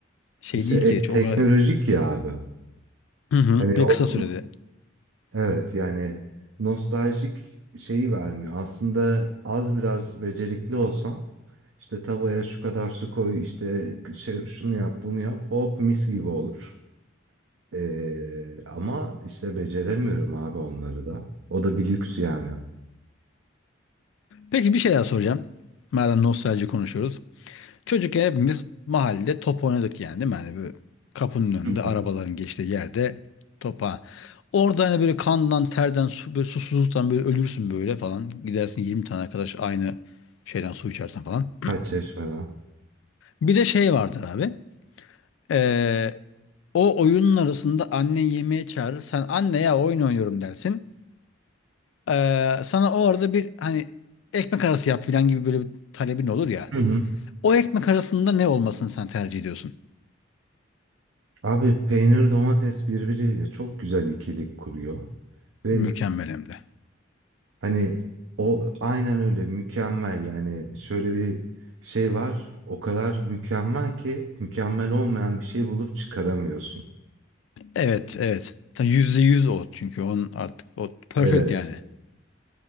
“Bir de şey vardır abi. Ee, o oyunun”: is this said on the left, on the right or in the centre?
Left